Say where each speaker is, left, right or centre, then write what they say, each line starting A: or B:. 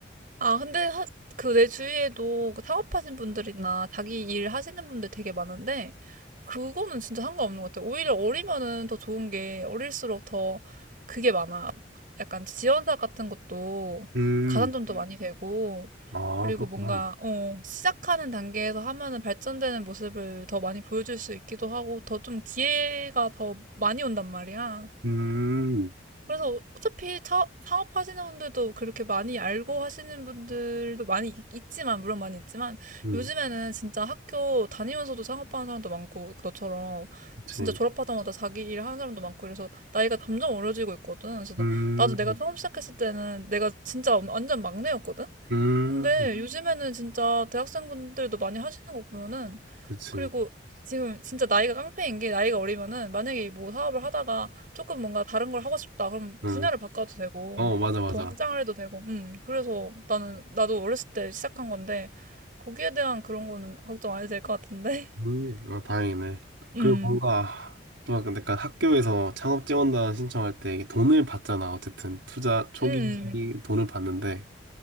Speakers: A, on the right; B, on the right.
A: 아, 근데 하, 그 내 주위에도 그 창업하신 분들이나 자기 일 하시는 분들 되게 많은데, 그거는 진짜 상관없는 것 같아요. 오히려 어리면은 더 좋은 게, 어릴수록 더 그게 많아. 약간 지원사업 같은 것도
B: 음,
A: 가산점도 많이 음. 되고,
B: 아,
A: 그리고
B: 그렇구나.
A: 뭔가, 어, 시작하는 단계에서 하면은 발전되는 모습을 더 많이 보여줄 수 있기도 하고, 더 좀 기회가 더 많이 온단 말이야.
B: 음,
A: 그래서 어차피 차, 사업하시는 분들도 그렇게 많이 알고 하시는 분들도 많이 있- 있지만, 물론 많이 있지만,
B: 음,
A: 요즘에는 진짜 학교 다니면서도 창업하는 사람도 많고, 너처럼
B: 그치.
A: 진짜 졸업하자마자 자기 일 하는 사람도 많고, 그래서 나이가 점점 어려지고 있거든. 그래서 나-
B: 음,
A: 나도 내가 처음 시작했을 때는 내가 진짜 완전 막내였거든?
B: 음,
A: 근데 요즘에는 진짜 대학생분들도 많이 하시는 거 보면은,
B: 그치.
A: 그리고 지금 진짜 나이가 깡패인 게 나이가 어리면은, 만약에 뭐 사업을 하다가 조금 뭔가 다른 걸 하고 싶다. 그럼
B: 응.
A: 분야를 바꿔도 되고,
B: 어, 맞아, 맞아.
A: 더 확장을 해도 되고, 음. 그래서 나는, 나도 어렸을 때 시작한 건데, 거기에 대한 그런 거는 걱정 안 해도 될 것 같은데?
B: 음,
A: <laughs>
B: 아, 다행이네.
A: 음,
B: 그리고 뭔가, 또 아까 약간 학교에서 창업 지원단 신청할 때 이게 돈을 받잖아. 어쨌든 투자 초기
A: 음,
B: 돈을 받는데